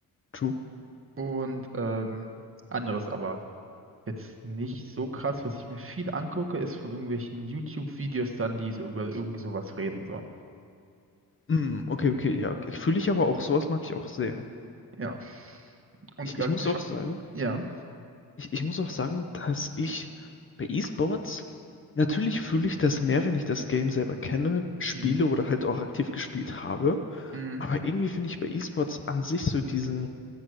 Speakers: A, on the left; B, on the right.
A: true.
B: Und ähm, anderes aber. Jetzt nicht so krass, was ich mir viel angucke, ist von irgendwelchen YouTube-Videos dann, die so über irgendwie sowas reden, so.
A: Mm, okay, okay, ja. okay. Fühle ich aber auch, sowas mag ich auch sehr.
B: Ja. Und
A: Ich,
B: also
A: ich muss
B: du schaust,
A: auch sagen,
B: ja.
A: ich, ich muss auch sagen, dass ich bei Esports, natürlich fühle ich das mehr, wenn ich das Game selber kenne, spiele
B: Mhm.
A: oder halt auch aktiv gespielt habe.
B: Mhm.
A: Aber irgendwie finde ich bei Esports an sich so diesen,